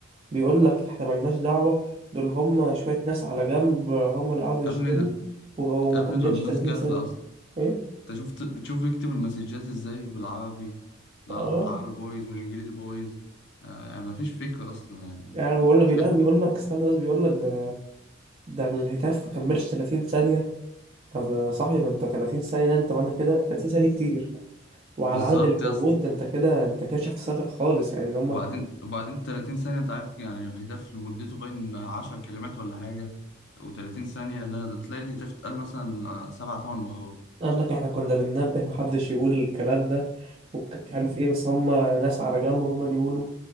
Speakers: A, on the right; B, on the left.
A: بيقول لك احنا ملناش دعوه دول هم شويه ناس على جنب هم اللي قعدوا يشتموا
B: يا ابني
A: و- وما
B: يا ابني
A: كملتش
B: دول
A: 30
B: ناس جهلة
A: ثانيه
B: أصلا
A: ايه
B: انت شفت بتشوف يكتب المسجات ازاي بالعربي لا،
A: اه
B: العربي بايظ والانجليزي بايظ آه مفيش فكرة اصلا يعني
A: يعني أنا بقول لك بيقول
B: <laughs>
A: بيقول لك استنى بس بيقول لك ده ده الهتاف ما كملش 30 ثانيه طب يا صاحبي ما انت 30 ثانيه ده انت معنى كده 30 ثانيه دي كتير وعلى
B: بالظبط
A: العدد اللي موجود
B: يا اسطى
A: ده انت كده انت كده شفت ساتر خالص يعني ان هم
B: وبعدين وبعدين 30 ثانية انت عارف يعني الهتاف مدته باين 10 كلمات ولا حاجة و30 ثانية ده, ده تلاقي الهتاف اتقال مثلا آه، سبع تمن مرات
A: قال لك احنا كنا بننبه محدش يقول الكلام ده ومش عارف ايه بس هم ناس على جنب هم اللي يقولوا